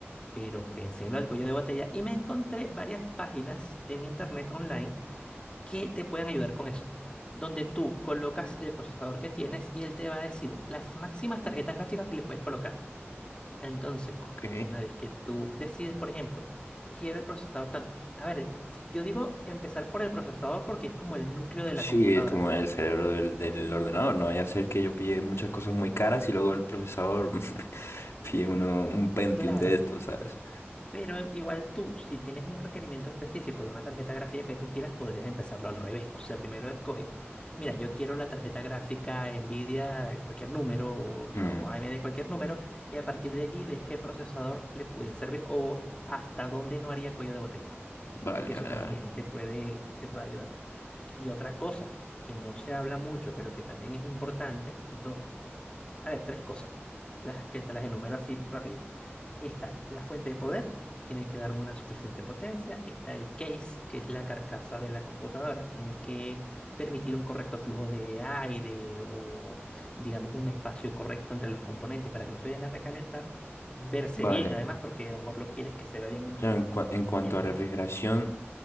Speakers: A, on the left (about 20°); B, on the left (about 75°).
A: pero pensé en lo del cuello de botella y me encontré varias páginas en internet online que te pueden ayudar con eso, donde tú colocas el procesador que tienes y él te va a decir las máximas tarjetas gráficas que le puedes colocar. Entonces,
B: ok.
A: una vez que tú decides, por ejemplo, quiero el procesador tanto, a ver, el- yo digo empezar por el procesador porque es como el núcleo de
B: Sí,
A: la computadora.
B: es como el cerebro del, del ordenador, no vaya a ser que yo pille muchas cosas muy caras y luego el procesador <laughs> pille uno, un Pentium
A: Claro,
B: de estos, ¿sabes?
A: Pero igual tú, si tienes un requerimiento específico de una tarjeta gráfica que tú quieras, podrías empezarlo al revés. O sea, primero escoges, mira, yo quiero la tarjeta gráfica Nvidia, eh, cualquier número, o,
B: Mm,
A: o AMD, cualquier número, y a partir de allí ves qué procesador le pudiese servir o hasta dónde no haría cuello de botella.
B: vale,
A: Que eso
B: vale,
A: también
B: vale.
A: te puede, te puede ayudar. Y otra cosa que no se habla mucho, pero que también es importante, dos a ver, tres cosas, las que te las enumero así rapidito. Está la fuente de poder, tiene que dar una suficiente potencia. Está el case, que es la carcasa de la computadora, tiene que permitir un correcto flujo de aire o, digamos, un espacio correcto entre los componentes para que no se vayan a recalentar. Verse
B: Vale.
A: bien, además, porque a lo mejor lo quieres que se vea bien en
B: Claro,
A: tu...
B: en, cua- en cuanto
A: En...
B: a refrigeración,